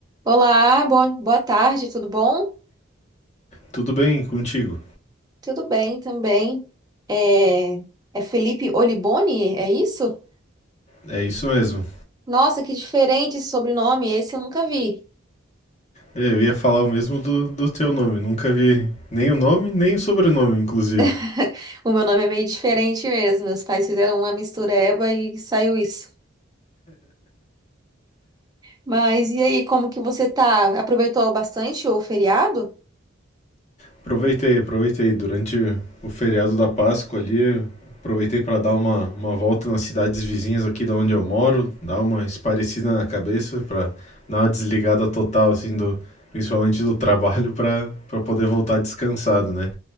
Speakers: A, on the right; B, on the left.
A: Olá, bom, boa tarde, tudo bom?
B: Tudo bem contigo?
A: Tudo bem também. É, é Felipe Oliboni, é isso?
B: É isso mesmo.
A: Nossa, que diferente esse sobrenome, esse eu nunca vi.
B: É, Eu ia falar o mesmo do, do teu nome. Nunca vi nem o nome, nem o sobrenome, inclusive.
A: <laughs> O meu nome é meio diferente mesmo, meus pais fizeram uma mistureba e saiu isso. Mas e aí, como que você tá? Aproveitou bastante o feriado?
B: Aproveitei, aproveitei. Durante o feriado da Páscoa ali, aproveitei para dar uma, uma volta nas cidades vizinhas aqui da onde eu moro, dar uma esparecida na cabeça, para dar uma desligada total, assim, do, principalmente do trabalho, para para poder voltar descansado, né?